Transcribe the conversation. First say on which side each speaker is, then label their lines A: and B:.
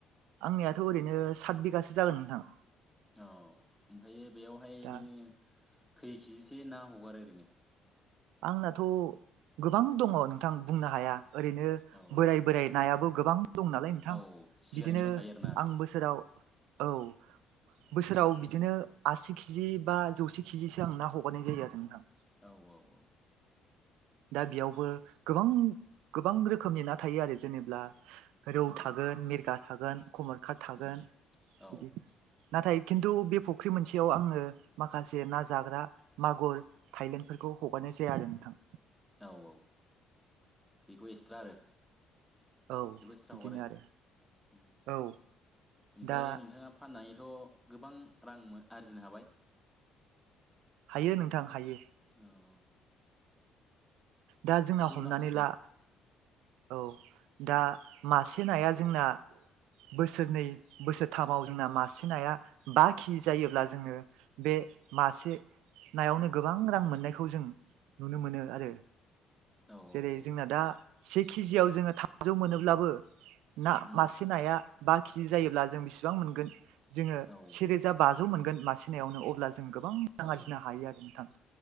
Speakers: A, on the right; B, in the centre.
A: आंनियाथ' ओरैनो सात बिगासो जागोन नोंथां।
B: अ ओमफायो बेयावहाय
A: दा
B: नोङो खै केजिसो ना हगारो ओरैनो?
A: आंनाथ' गोबां दङ नोंथां बुंनो हाया। ओरैनो
B: औ
A: बोराय बोराइ नायाबो गोबां दं नालाय नोंथां।
B: औ सिगांनि
A: बिदिनो
B: दंखायो आरोना
A: आं बोसोराव औ। बोसोराव बिदिनो आसि किजि बा जौसे किजिसो आं ना हगारनाय जायो आरो नोंथां।
B: औ औ औ।
A: दा बेयावबो गोबां गोबां रोखोमनि ना थायो आरो जेनेब्ला रौ
B: औ
A: थागोन मिरगा थागोन खमरखात थागोन
B: उम
A: बिदि।
B: औ
A: नाथाय खिन्थु बे फुख्रि मोनसेयाव आङो माखासे ना जाग्रा मागुर थायलेण्डफोरखौ हगारनाय जाया आरो नोंथां।
B: औ औ बेखौ एक्सट्रा आरो।
A: औ
B: बेबो एक्सथ्रा
A: बिदिनो
B: हगारो
A: आरो
B: उम
A: औ
B: ओमफ्रायो
A: दा
B: नोंथाङाफ फाननानैथ' गोबां रां आरजिनो हाबाय।
A: हायो नोंथां हायो।
B: औ औ।
A: दा जोंना हमनानै
B: माखासे
A: ला औ दा मासे नाया जोंना बोसोरनै बोसोरथामाव जोंना मासे नाया बा खिजि जायोब्ला जोंङो बे मासे नायावनो गोबां रां मोननायखौ जों नुनो मोनो आरो।
B: औ
A: जेरै
B: औ औ
A: जोंना दा से केजियाव जोंङो थजौ मोनोब्लाबो ना
B: उम
A: मासे नाया बा केजि जायोब्ला जों बेसेबां मोनगोन जोंङो
B: औ
A: सेरोजा बा मोनगोन मासेनायावनो अब्ला जों गोबां
B: औ
A: रांजिनो हायो आरो नोंथां।